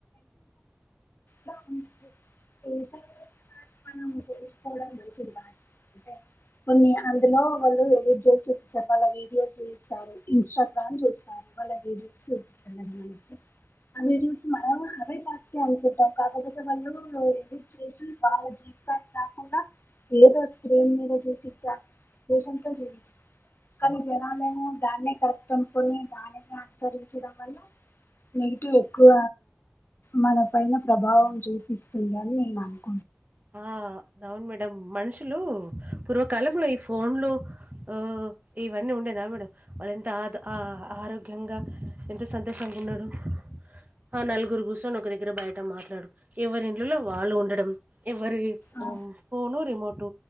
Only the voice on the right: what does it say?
ఆ దవున్ మ మ మనుషులు పూర్వకాలంలో ఈ ఫోన్లు ఊ ఇవన్నీ ఉండేదా మేడం వాళ్ళెంత ఆ ఆరోగ్యంగా ఎంత సంతోషంగా ఉన్నారు ఆ నలుగురు కూర్చొని ఒక దగ్గర బయట మాట్లాడు ఎవరి ఇండ్లల్లో వాళ్ళు ఉండడం ఎవరి
ఫోను రిమోటు